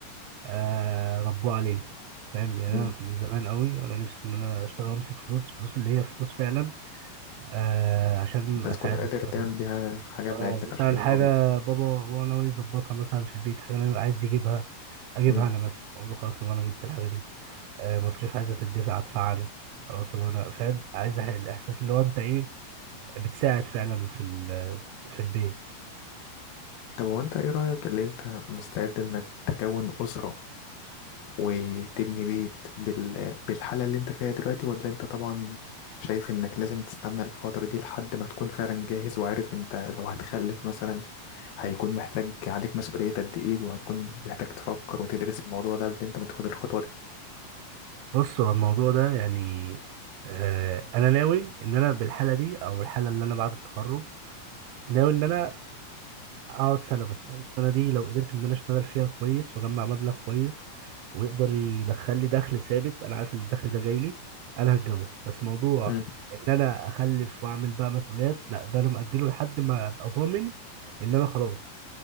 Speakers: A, on the right; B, on the left.
A: آه ربوه عليه فاهم يعني
B: مم،
A: انا من زمان قوي وانا نفسي ان انا اشتغل وامسك فلوس فلوس اللي هي فلوس فعلا آه عشان
B: انت
A: اساعد
B: تكون قادر
A: مثلا
B: تعمل بيها حاجه لعيلتك
A: اه مثلا
B: عشان يفرحوا
A: حاجة
B: بيك
A: بابا هو ناوي يظبطها مثلا في البيت حاجة أنا عايز يجيبها أجيبها
B: مم.
A: أنا مثلا أقول له خلاص يبقى أنا جبت الحاجة دي آه مصاريف عايزة تدفع أدفع أنا خلاص يبقى أنا فاهم عايز أحل- الإحساس اللي هو أنت إيه بتساعد فعلا في ال- في البيت
B: طب هو انت ايه رايك اللي انت مستعد انك تكون اسره وتبني بيت بال... بالحالة اللي انت فيها دلوقتي ولا انت طبعا شايف انك لازم تستنى الفترة دي لحد ما تكون فعلا جاهز وعارف انت لو هتخلف مثلا هيكون محتاج عليك مسؤولية قد ايه وهتكون محتاج تفكر وتدرس الموضوع ده قبل انت ما تاخد الخطوة دي
A: بص هو الموضوع ده يعني آه أنا ناوي إن أنا بالحالة دي أو الحالة اللي أنا بعد التخرج ناوي إن أنا اقعد سنه بس السنه دي لو قدرت ان انا اشتغل فيها كويس واجمع مبلغ كويس ويقدر يدخل لي دخل ثابت انا عارف ان الدخل ده جاي لي انا هتجوز بس موضوع
B: مم.
A: ان انا اخلف واعمل بقى مسؤوليات لا ده انا مأجله لحد ما ابقى ضامن ان انا خلاص